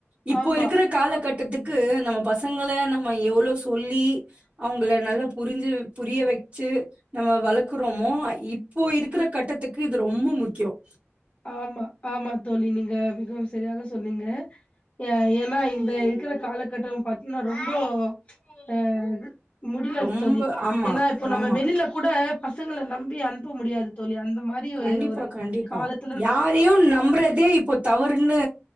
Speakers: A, on the right; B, on the left.
A: இப்போ
B: ஆமா
A: இருக்கற காலகட்டத்துக் க்கு நம்ம பசங்கள நம்ம எவ்ளவு சொல்லி அவுங்கள நல்லா புரிஞ்சு புரிய வச்சு நம்ம வளக்கறோமோ இப்போ இருக்கிற கட்டத்துக்கு இது ரொம்ப முக்கியம்
B: ஆமா ஆமா தோழி நீங்க மிகவும் சரியாக சொன்னீங்க ஏ ஏன்னா இந்த இருக்கிற காலகட்டம் பாத்தீங்கன்னா ரொம்போ ஆ முடில
A: ரொம்ப
B: தோழி
A: ஆமா,
B: ஏன்னா இப்ப நம்ம
A: ஆமா.
B: வெளியில கூட பசங்களை நம்பி அனுப்ப முடியாது தோழி அந்த மாதிரி
A: கண்டிப்பா,
B: ஒரு
A: கண்டிப்பா.
B: காலத்து
A: யாரையும் நம்புறதே இப்போ தவறுன்னு